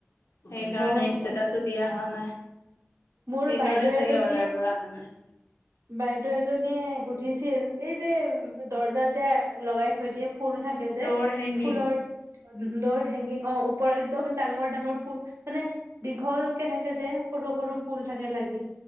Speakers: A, on the left; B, on the right.
A: সেইকাৰণে
B: অ
A: ষ্টেটাচো দিয়া হোৱা নাই। সেইকাৰণে
B: মোৰ বাইদেউ
A: চাগে
B: এজনীয়ে
A: অৰ্ডাৰ বোৰ অহা নাই।
B: বাইদেউ এজনীয়ে সুধিছিল। এই যে দৰ্জা যে লগাই থৈ দিয়ে ফুল থাকে যে,
A: দৌৰ হেংগিং
B: ফুলৰ দ'ৰ হেঙি অ', ওপৰ এক্দম ডাঙৰ ডাঙৰ ফুল মানে দীঘলকে থাকে যে সৰু সৰু ফুল থাকে লাগি।